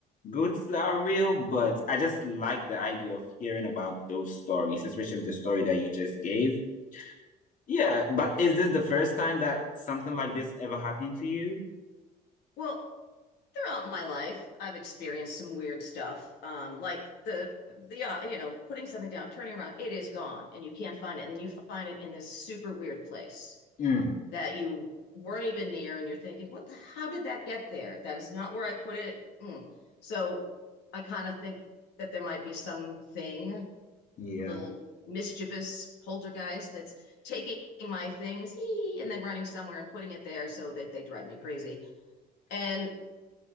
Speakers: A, on the left; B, on the left.
A: ghosts are real. But I just like the idea of hearing about those stories, especially the story that you just gave. Yeah, but is this the first time that something like this ever happened to you?
B: Well, throughout my life, I've experienced some weird stuff, um, like the the uh, you know putting something down, turning around, it is gone, and you can't find it, and then you find it in this super weird place.
A: Mm,
B: that you weren't even near and you're thinking what the, how did that get there that is not where i put it Mm. so i kind of think that there might be something a
A: yeah.
B: little mischievous poltergeist that's taking my things hee, and then running somewhere and putting it there so that they drive me crazy and